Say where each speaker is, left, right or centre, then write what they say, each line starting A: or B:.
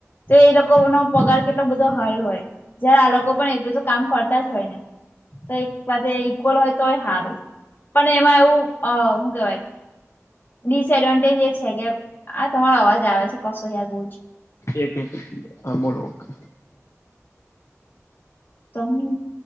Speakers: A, on the left; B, on the left.
A: તો એ લોકો નો પગાર કેટલો બધો હાય હોય. જયારે આ લોકો પણ એટલું તો કામ કરતા જ હોય ને તો એક વ ઈક્વલ હોય તોય સારું.. પણ એમાં એવું અ શું કેવાય. ડિસએડવાન્ટેજ એ છે કે આ તમારો અવાજ આવે છે કશો યાર બહુ જ.
B: એક એક હા બોલો ઓકે.
A: તમુ.